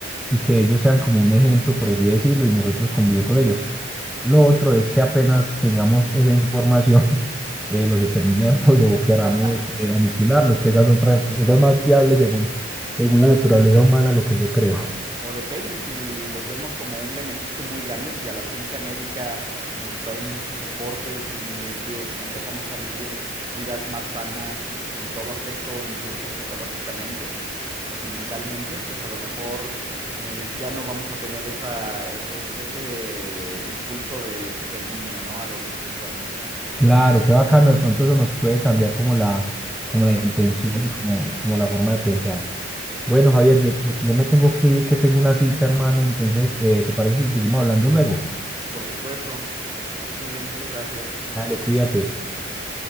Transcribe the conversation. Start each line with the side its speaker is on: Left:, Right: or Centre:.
Centre: y que ellos sean como un ejemplo, por así decirlo, y nosotros convivir con ellos. Lo otro es que apenas tengamos esa información, <laughs> eh, los exterminemos o queramos
Right: <laughs>
Centre: eh, aniquilarlos, que esa es otra, esa es más viable según, según la naturaleza humana, lo que yo creo. <laughs>
Right: O depende si los vemos como un beneficio muy grande, si a la ciencia médica nos traen muchos aportes y empie- empezamos a vivir vidas más sanas en todo aspecto, incluso psicológicamente y mentalmente, pues a lo mejor eh, ya no vamos a tener esa, e- es- ese impulso del exterminio, ¿no? A lo distinto a, nos- a nosotros
Centre: Claro,
Right: mismos,
Centre: qué bacano, de pronto eso nos puede cambiar como la, como la
Right: la
Centre: intención
Right: perspectiva.
Centre: y como, como la
Right: Ujú.
Centre: forma de pensar. Bueno,
Right: Así
Centre: Javier,
Right: es.
Centre: yo, yo, yo me tengo que ir, que tengo una cita, hermano, entonces, eh, ¿te parece si seguimos hablando luego?
Right: Por supuesto, que estés muy bien, muchas gracias.
Centre: Dale, cuídate.
Right: Bye.